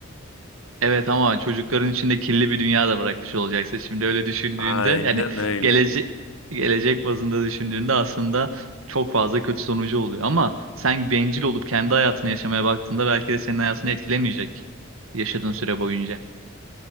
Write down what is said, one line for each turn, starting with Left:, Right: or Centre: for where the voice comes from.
Right: Evet ama çocukların içinde kirli bir dünya da bırakmış olacaksın. Şimdi öyle düşündüğünde
Left: <laughs> Aynen
Right: yani
Left: öyle.
Right: gelecek gelecek bazında düşündüğünde aslında çok fazla kötü sonucu oluyor. Ama sen bencil olup kendi hayatını yaşamaya baktığında belki de senin hayatını etkilemeyecek yaşadığın süre boyunca.